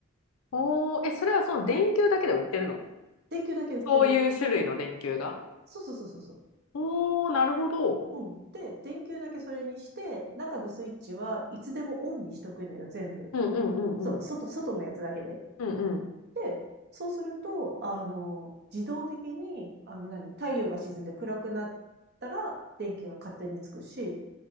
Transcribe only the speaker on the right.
電球だけ売ってる。
そうそうそうそうそう。
うん。で、電球だけそれにして、中のスイッチはいつでもオンにしとくのよ、全部。
そう、外、外のやつだけで。
で、そうすると、あの、自動的に、あの何、太陽が沈んで暗くなったら、電気が勝手につくし、